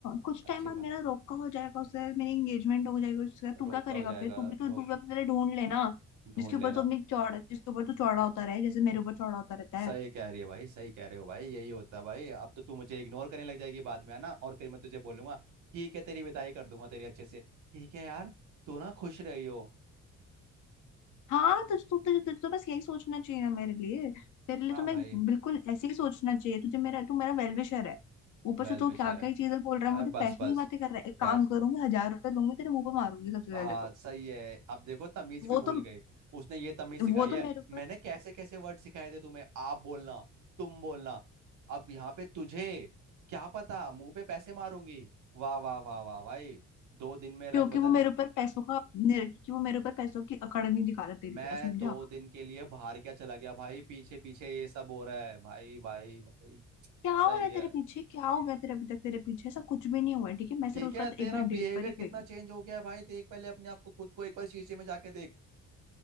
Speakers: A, on the left; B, on the right.
A: कुछ
B: अच्छी
A: टाइम बाद मेरा
B: बात
A: रोका हो जाएगा उससे मेरी एंगेजमेंट हो जाएगी उससे तू
B: रोका
A: क्या करेगा
B: हो जाएगा
A: फिर तू भी तो
B: रोक
A: तू भी अपने लिए ढूंढ लेना
B: ढूंढ
A: जिसके ऊपर
B: लेना
A: तू अपनी चौड़ा जिसके ऊपर तू चौड़ा होता रहे जैसे मेरे
B: हम्म।
A: ऊपर चौड़ा होता रहता
B: सही
A: है
B: कह रही है भाई सही कह रहे हो भाई यही होता है भाई अब तो तू मुझे इग्नोर करने लग जाएगी बाद में है ना और फिर मैं तुझे बोलूंगा ठीक है तेरी विदाई कर दूंगा तेरी अच्छे से ठीक है यार तू ना खुश रही हो
A: हाँ तुझे तू तुझे तुझे तो बस यही सोचना चाहिए ना मेरे लिए तेरे लिए
B: हाँ
A: तो मैं
B: भाई
A: बिल्कुल ऐसे ही सोचना चाहिए तुझे मेरा तू मेरा वेल विशर है ऊपर
B: वेल
A: से तू
B: विशर
A: क्या क्या
B: है
A: चीजें बोल रहा
B: हाँ,
A: है मुझे
B: बस
A: पैसों
B: बस
A: की बातें कर रहा है एक काम
B: बस
A: करूंगी हजार रुपए लूंगी तेरे मुंह पे मारूंगी सबसे
B: हाँ
A: पहले तो
B: सही है अब देखो तमीज
A: वो
B: भी भूल
A: तो
B: गई उसने ये तमीज सिखाई
A: वो तो
B: है
A: मेरे ऊपर
B: मैंने कैसे कैसे वर्ड सिखाए थे तुम्हें आप बोलना तुम बोलना अब यहाँ पे तुझे क्या पता मुंह पे पैसे मारूंगी वाह वाह वाह वाह भाई दो दिन में रंग
A: क्योंकि
B: बदल
A: वो मेरे ऊपर पैसों का निर- क्योंकि वो मेरे ऊपर पैसों की अकड़ नहीं दिखाता तेरी
B: मैं
A: तरह समझा
B: दो दिन के लिए बाहर क्या चला गया भाई पीछे पीछे ये सब हो रहा है भाई भाई भाई
A: क्या हो
B: सही
A: रहा है
B: है
A: तेरे पीछे क्या हो गया तेरे अभी तक तेरे पीछे ऐसा कुछ भी नहीं हुआ है ठीक है मैं सिर्फ
B: ठीक
A: उसका
B: है तेरा
A: एक बार
B: बिहेवियर
A: डेट पर ही
B: कितना
A: गई हूँ
B: चेंज हो गया है भाई देख पहले अपने आप को खुद को एक बार शीशे में जाके देख